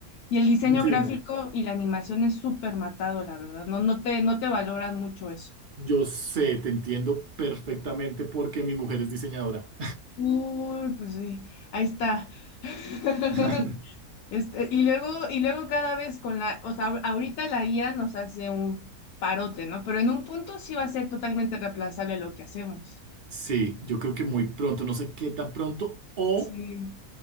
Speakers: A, on the left; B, on the right.
A: Y el diseño
B: <laughs> sí,
A: gráfico
B: no.
A: y la animación es súper matado, la verdad. No, no te, no te valoran mucho eso.
B: Yo sé, te entiendo perfectamente porque mi mujer es diseñadora.
A: Uy, pues sí, ahí está. <laughs>
B: <laughs>
A: Este, y luego, y luego cada vez con la, o sea, ahor- ahorita la IA nos hace un parote, ¿no? Pero en un punto sí va a ser totalmente reemplazable lo que hacemos.
B: Sí, yo creo que muy pronto, no sé qué tan pronto, o,
A: Sí,